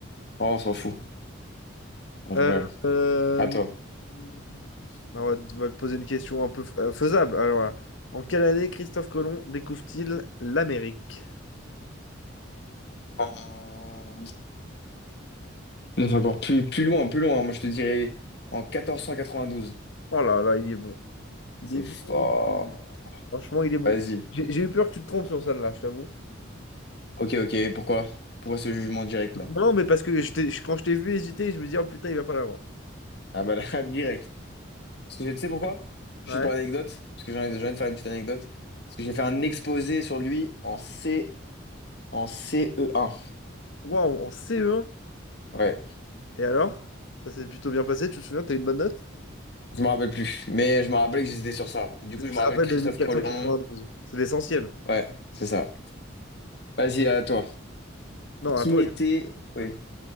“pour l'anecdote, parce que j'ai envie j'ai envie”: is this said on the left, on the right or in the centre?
Left